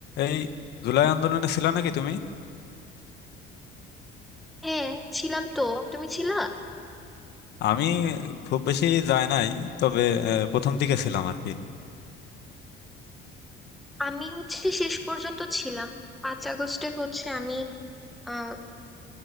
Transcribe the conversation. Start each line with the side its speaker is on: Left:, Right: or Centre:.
Left: এই জুলাই আন্দোলনে ছিল নাকি তুমি
Centre: হ্যাঁ ছিলাম তো তুমি ছিলা
Left: আমি খুব বেশি যাই নাই তবে আহ, প্রথম দিকে ছিলাম আর কি
Centre: আমি হচ্ছে শেষ পর্যন্ত ছিলাম পাঁচ আগস্টে হচ্ছে আমি আহ